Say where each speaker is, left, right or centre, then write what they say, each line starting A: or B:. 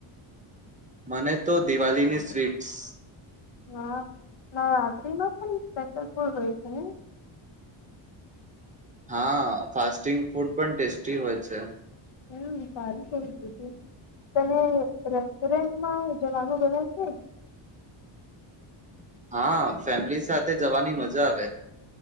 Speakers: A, on the right (about 15°); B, on the left (about 65°).
A: મને તો દિવાળીની સ્વીટ્સ
B: હ નવરાત્રીમાં પણ સ્પેશિયલ ફૂડ હોય છે નય?
A: હા ફાસ્ટિંગ ફૂડ પણ ટેસ્ટી હોય છે.
B: હમ, સારી કઈ તું તને રેસ્ટોરન્ટમાં જવાનું ગમે છે
A: હા ફેમિલી સાથે જવાની મજા આવે